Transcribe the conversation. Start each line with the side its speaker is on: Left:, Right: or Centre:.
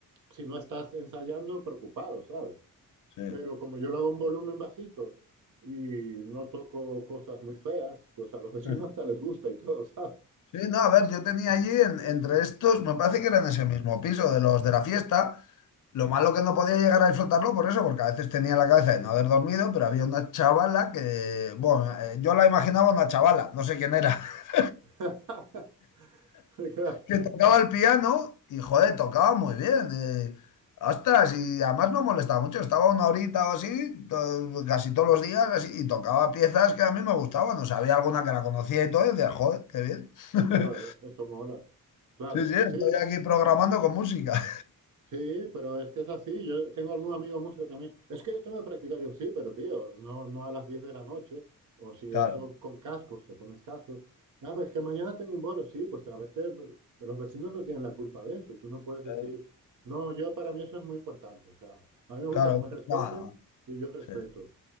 Right: si no estás ensayando, preocupado, ¿sabes?
Left: Sí.
Right: Pero como yo lo hago en volumen bajito y no toco cosas muy feas, pues a los vecinos
Left: sí.
Right: hasta les gusta y todo, ¿sabes?
Left: Sí, no, a ver, yo tenía allí en- entre estos, me parece que eran ese mismo piso de los de la fiesta. Lo malo que no podía llegar a disfrutarlo por eso, porque a veces tenía la cabeza de no haber dormido, pero había una chavala que, bueno, eh, yo la imaginaba una chavala, no sé quién era, <laughs>
Right: <laughs> Claro,
Left: que tocaba el piano y, joder, tocaba muy bien. eh, ostras, y además no molestaba mucho, estaba una horita o así, to- casi todos los días, así, y tocaba piezas que a mí me gustaban, o sea, había alguna que la conocía y todo, y decía, joder, qué bien. <laughs>
Right: claro, eso mola. Claro,
Left: Sí, sí, estoy
Right: sí,
Left: aquí programando con música.
Right: Sí, pero es que es así. Yo tengo algún amigo músico también. Es que yo tengo que practicar. Yo, sí, pero tío, no, no a las 10 de la noche. O si
Left: Claro,
Right: eso con cascos, te pones cascos. Ah, pues que mañana tengo un bolo. Sí, pues a verte, los vecinos no tienen la culpa de eso. Y tú no puedes decir,
Left: eh,
Right: no, yo para mí eso es muy importante. O sea, a mí me gusta
Left: claro,
Right: que me respeten
Left: bueno,
Right: y yo respeto.
Left: sí,